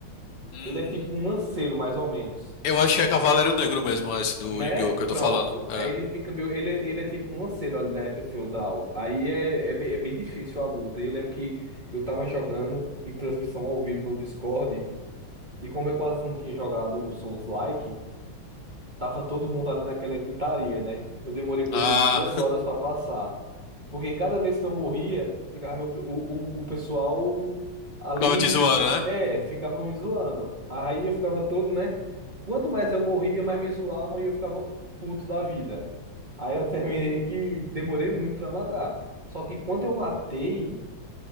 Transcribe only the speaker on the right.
Ele é tipo um lanceiro, mais ou menos.
Né?
Pronto.
Aí ele fica meio. Ele, ele é tipo um lanceiro ali da época feudal. Aí é, é, bem é bem difícil a luta. E eu lembro que eu tava jogando em transmissão ao vivo no Discord. E como eu quase não tinha jogado o Souls-like, Tava todo mundo ali naquela gritaria, né? Eu demorei coisa
de duas horas para passar. Porque cada vez que eu morria, ficava meu, pe- o, o, o pessoal
ali,
é, ficavam me zoando. Aí eu ficava todo, né? Quanto mais eu morria, mais me zoavam e eu ficava puto da vida. Aí eu terminei que demorei muito para matar. Só que quando eu matei,